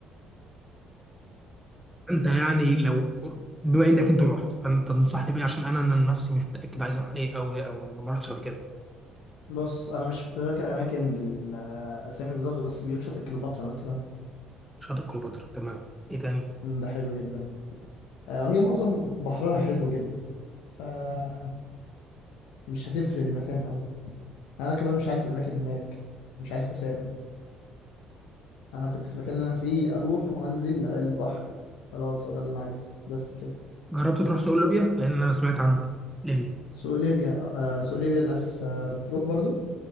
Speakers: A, in the centre; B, on the left (about 80°).
A: انت يعني لو بما انك انت رحت فانت تنصحني بايه عشان انا انا نفسي مش متاكد عايز اروح ايه او او ما رحتش قبل كده
B: بص انا مش متذكر اماكن بالاسامي بالظبط بس بيقول شاطئ كليوباترا مثلا
A: شاطئ كليوباترا تمام ايه تاني
B: مم، ده حلو جدا آه، وهي معظم بحرها حلو جدا فمش هتفرق المكان قوي انا كمان مش عارف الاماكن هناك مش عارف اسامي انا كنت في المكان اللي انا فيه اروح وانزل الاقي البحر خلاص هو ده اللي انا عايزه بس كده
A: جربت تروح سوق ليبيا لان انا سمعت عن ليبيا
B: سوق ليبيا آه، سوق ليبيا ده في آه، مطروح برضو